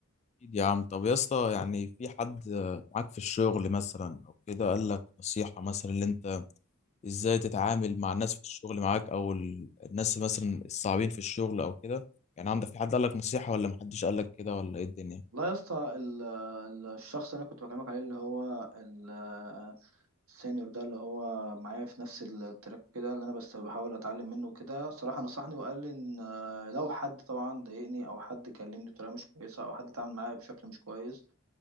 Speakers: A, on the left (about 30°); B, on the right (about 70°).
A: اكيد يا عم طب يا اسطى يعني في حد معاك في الشغل مثلا او كده قال لك نصيحة مثلا اللي انت ازاي تتعامل مع الناس في الشغل معاك او ال- الناس مثلا الصعبين في الشغل او كده يعني عندك في حد قال لك نصيحة ولا محدش قال لك كده ولا ايه الدنيا
B: والله يا اسطى ال- ال- الشخص اللي انا كنت بكلمك عليه اللي هو ال- السينيور ده اللي هو معايا في نفس التراك كده اللي انا بس بحاول اتعلم منه كده صراحة نصحني وقال لي ان آه، لو حد طبعا ضايقني او حد كلمني بطريقة مش كويسة او حد اتعامل معايا بشكل مش كويس